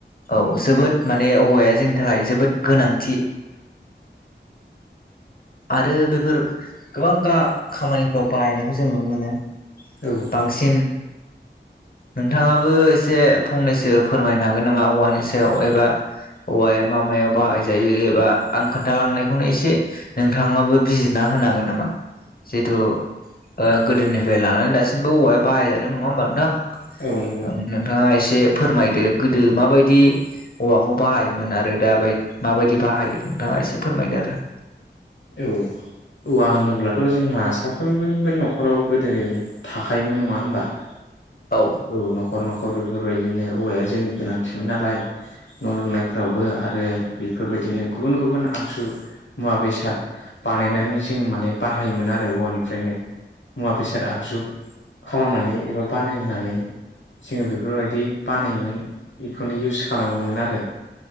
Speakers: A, on the left (about 50°); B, on the left (about 80°).
A: औ जोबोद माने औवाया जोंनि थाखाय जोबोद गोनांथि आरो बेफोर गोबां गा खामानिफ्राव बाहायनायखौ जों नुनो मोनो
B: औ
A: बांसिन नोंथाङाबो एसे फंनैसो फोरमायनो हागोन नामा औवानि सायाव एबा औवाया मा मायाव बाहायजायो एबा आं खोन्थालांनायखौनो एसे नोंथाङाबो बिजिरना होनो हागोन नामा? जिहेथु ओ गोदोनिफ्राय लानानै दासिमबो औवाया बाहायजादों नङा होमबा नोंथां?
B: औ नोंगौ
A: नोंथाङा एसे फोरमायदो गोदो माबायदि औवाखौ बाहायोमोन आरो दा बाय माबायदि बाहायो नोंथाङा एसे फोरमायदो आरो
B: औ। औवा होनोब्लाथ' जोंहा साफ्रोमबोनिबो न'खराव गोदो थाखायोमोन नङा होमबा। <inaudible>
A: औ।
B: औ न'खर न'खर बेफोरबायदिनो औवाया जोंनि गोनांथिमोन नालाय न' लुनायफोरावबो आरो बेफोरबादिनो गुबुन गुबुन आगजु मुवा बेसाद बानायनानै जों माने बाहायोमोन आरो औवानिफ्रायनो मुवा बेसाद आगजु खालामनानै एबा बानायनानै जोङो बेफोरबादि बानायोमोन बेखौनो इउस खालामोमोन आरो।